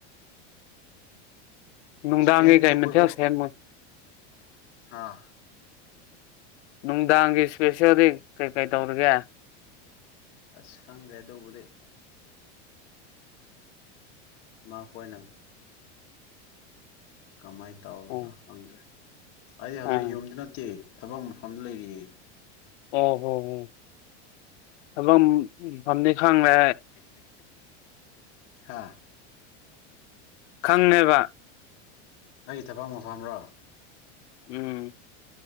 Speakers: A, on the left; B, on the left.
A: ꯅꯨꯡꯗꯥꯡꯒꯤꯩ
B: ꯏꯁꯄꯦꯟꯁꯨ
A: ꯀꯩ ꯃꯊꯦꯜ
B: ꯐꯨꯠꯕꯣꯜ
A: ꯁꯦꯝꯃꯣꯏ
B: ꯑꯥ
A: ꯅꯨꯡꯗꯥꯡꯒꯤ ꯏꯁꯄꯦꯁꯤꯜꯂꯤ ꯀꯩꯀꯩ ꯇꯧꯔꯒꯦ
B: ꯑꯁ ꯈꯪꯒꯦꯗꯧꯕꯗꯩ ꯃꯥ ꯍꯣꯏ ꯅꯪ ꯀꯃꯥꯏꯅ
A: ꯑꯣ
B: ꯇꯧꯗ꯭ꯔꯣ ꯍꯪꯗ꯭ꯔꯦ ꯑꯩꯗꯤ ꯍꯧꯖꯤꯛ
A: ꯑꯥ
B: ꯌꯨꯝꯗꯨ ꯅꯠꯇꯦ ꯊꯕꯛ ꯃꯐꯝꯗ ꯂꯩꯔꯤꯌꯦ
A: ꯑꯣ ꯍꯣ ꯍ ꯍꯂꯣ ꯃꯝꯅꯤ ꯈꯥꯡꯅ
B: ꯋꯥ
A: ꯈꯪꯕ
B: ꯑꯩ ꯊꯕꯛ ꯃꯐꯝꯔꯣ
A: ꯎꯝ